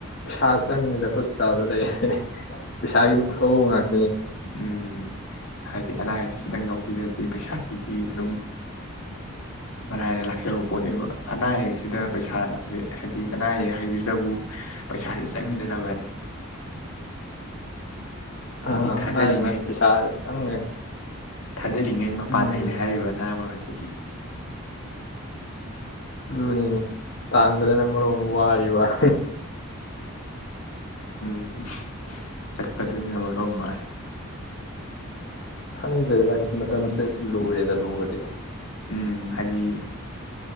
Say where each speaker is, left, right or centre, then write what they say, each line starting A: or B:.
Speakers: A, on the left; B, on the left.
A: ꯄꯩꯁꯥ ꯆꯪꯉꯤꯗ ꯇꯗ ꯂꯩ <unintelligible> ꯄꯩꯁꯥꯒꯤ ꯃꯊꯧ ꯉꯥꯛ
B: ꯎꯝ ꯍꯥꯏꯗꯤ ꯑꯅꯥ ꯑꯌꯦꯛꯁꯤꯗꯪ ꯌꯥꯎꯕꯤꯗ꯭ꯔꯗꯤ ꯄꯩꯁꯥꯒꯤꯗꯤ ꯑꯗꯨꯝ ꯃꯔꯥꯏꯅ ꯂꯥꯛꯆꯕ ꯄꯣꯠꯅꯦꯕ ꯑꯅꯥ ꯑꯌꯦꯛꯁꯤꯗ ꯄꯩꯁꯥꯁꯦ ꯍꯥꯏꯗꯤ ꯑꯅꯥ ꯑꯌꯦꯛ ꯍꯩꯢꯖꯤꯗꯕꯨ ꯄꯩꯁꯥꯁꯦ ꯆꯪꯉꯤꯗꯅ ꯕꯥꯏ ꯍꯥꯏꯗꯤ
A: ꯑꯥ
B: ꯊꯥꯗꯔꯤꯉꯩ
A: ꯃꯥꯅꯤ ꯃꯥꯅꯤ ꯄꯩꯁꯥ ꯆꯪꯉꯦ
B: ꯊꯥꯗꯔꯤꯉꯩ ꯃꯄꯥꯟ
A: ꯎꯝ
B: ꯅꯥꯏꯗꯦ ꯍꯥꯏꯔꯤꯕ ꯑꯅꯥꯕꯁꯤꯗꯤ꯫
A: ꯑꯗꯨꯅꯤꯅꯦ꯫ ꯇꯥꯟꯕꯗꯅ ꯃꯔꯣꯟꯃ ꯋꯥꯔꯤ <unintelligible>
B: ꯎꯝ ꯆꯠꯄꯗꯨꯅ ꯃꯔꯣꯝꯃꯥ
A: ꯈꯪꯗ꯭ꯔꯦꯗ ꯚꯥꯏ ꯃꯇꯝꯁꯦ ꯂꯨꯔꯦꯗ ꯂꯨꯕꯗꯤ
B: ꯎꯝ ꯍꯥꯏꯗꯤ